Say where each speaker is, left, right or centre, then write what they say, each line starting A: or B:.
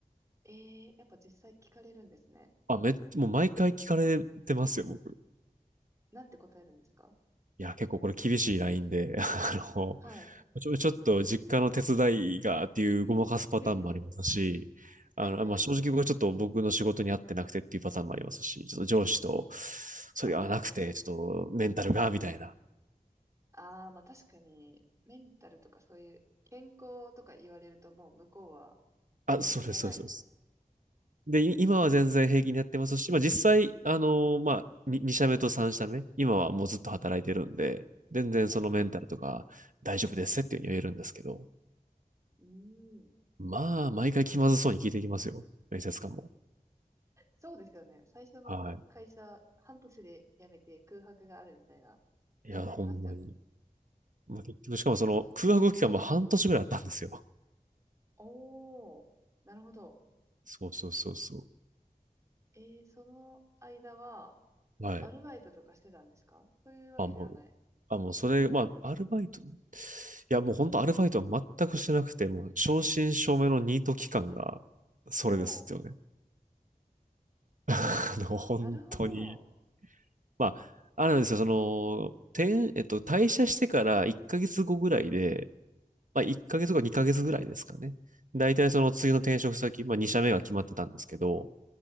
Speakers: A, on the right; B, on the right.
A: ええやっぱ実際聞かれるんですね。
B: あ、めっ、もう毎回聞かれてますよ、僕。
A: なんて答えるんですか
B: いや、結構これ厳しいラインで、<laughs> あの、
A: はい。
B: ちょ、ちょっと実家の手伝いがっていうごまかすパターンもありますし、
A: <laughs>
B: あの、
A: はいはい。
B: まあ、正直僕はちょっと僕の仕事に合ってなくてっていうパターンもありますし、ちょっと上司と、それがなくて、
A: ああ。
B: ちょっとメンタルが、みたいな。
A: ああ、まあ確かに、メンタルとかそういう健康とか言われるともう向こうは何も言えない。
B: あ、そうです、そうです。そうですで、い今は全然平気にやってますし、まあ実際、あのーまあ、に2社目と3社目、今はもうずっと働いてるんで、全然そのメンタルとか大丈夫ですっていうふうに言えるんですけど、
A: はいはい。うーん。
B: まあ、毎回気まずそうに聞いていきますよ。面接官も。
A: そうですよね。最初の会社、
B: は
A: 半年で辞めて空白があるみたいな、
B: い。
A: 気になりますよね。
B: いや、ほんまに。まあ、結局、しかもその空白期間も半年ぐらいあったんですよ。
A: おー、なるほど。
B: そうそうそうそ
A: えー、その間は、
B: う。はい。
A: アルバイトとかしてたんですかそういうわけではない。
B: あ、もう、あ、もうそれ、まあ、アルバイト、いや、もう本当アルバイトは全くしてなくて、もう正真正銘のニート期間が、それですよね。
A: おー、
B: <laughs> あの、本当に。
A: なるほど。
B: まあ、あるんですよ。その、転えっと、退社してから1ヶ月後ぐらいで、まあ、
A: はい、
B: 1ヶ月か2ヶ月ぐらいですかね。大体その次の転職先、まあ、2社目が決まってたんですけど、